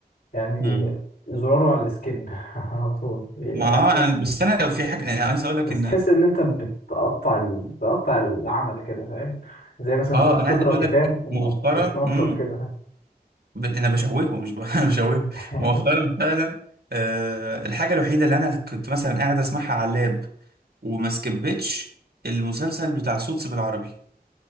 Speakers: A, on the left; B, on the right.
A: يعني
B: مم.
A: زراره على السكيب <laughs> على طول بيقدم
B: ما آه، بس انا لو في حاجه انا عايز اقول لك
A: بس
B: ان
A: تحس ان انت بتقطع ال... بتقطع العمل كده فاهم زي مثلا
B: اه
A: تكون بتقرا
B: انا عايز اقول
A: كتاب
B: لك
A: وتتنطط
B: مؤخرا مم.
A: كده
B: ب- انا بشوهه مش ب... <laughs> انا بشوهه
A: <laughs>
B: مؤخرا فعلا آه الحاجه الوحيده اللي انا كنت مثلا قاعد اسمعها على اللاب وما سكبتش المسلسل بتاع سوتس بالعربي